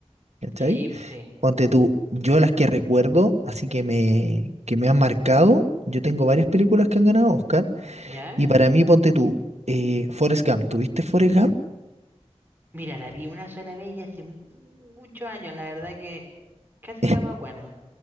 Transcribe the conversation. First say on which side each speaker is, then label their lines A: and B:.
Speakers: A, on the right (about 75°); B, on the right (about 15°).
A: ¿cachai?
B: Sí, pues sí.
A: Ponte tú, yo las que recuerdo, así que me, que me han marcado, yo tengo varias películas que han ganado Oscar,
B: ¿Ya?
A: y para mí, ponte tú, eh, Forrest Gump, ¿tuviste Forrest Gump?
B: Mira, la vi una sola vez y hace muchos años, la verdad que casi
A: <laughs>
B: no me acuerdo.